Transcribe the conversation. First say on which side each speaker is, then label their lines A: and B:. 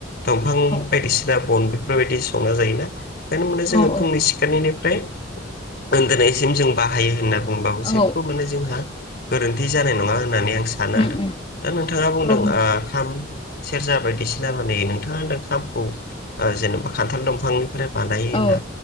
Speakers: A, on the left (about 55°); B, on the left (about 30°).
A: दंफां
B: औ औ
A: बायदिसिना बन बेफोरबायदि संना जायोना बेखायनो माने जोङो
B: औ
A: फुंनि सिखार नायनिफ्राय उन्दुनायसिम जों बाहायो होननानै बुंबाबो
B: औ
A: जेबो माने जोंहा गोरोन्थि जानाय नङा होननानै आं सानो
B: उम
A: आरो
B: उम
A: दा नोंथाङा बुंदों
B: औ नंगौ
A: खाम सेरजा बायदिसिना माने नोंथाङा होनदों खामखौ जेनेबा खान्थाल दंफांनिफ्राय बानायो
B: औ
A: ना